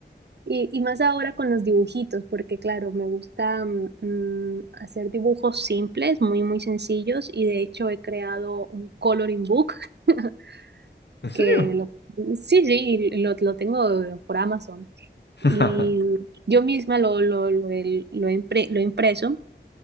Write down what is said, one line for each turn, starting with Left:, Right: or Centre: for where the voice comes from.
Right: Y, y más ahora con los dibujitos, porque claro, me gusta mm, mm, hacer dibujos simples, muy, muy sencillos, y de hecho he creado un coloring book <laughs>
Left: ¿En serio?
Right: que lo, sí, sí, lo, lo tengo por Amazon.
Left: <laughs>
Right: Y yo misma lo, lo, lo, he- lo he impre- lo he impreso